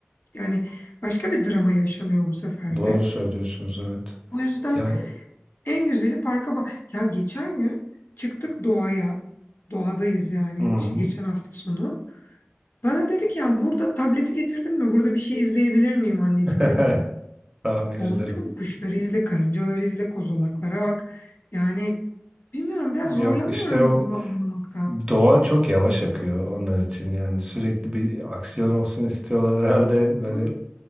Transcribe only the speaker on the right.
Doğru
söylüyorsunuz evet.
Yani
hı hı.
<laughs>
Tahmin
ederim.
Yok
işte o
Doğa çok yavaş akıyor onlar için yani sürekli bir aksiyon olsun istiyorlar herhalde böyle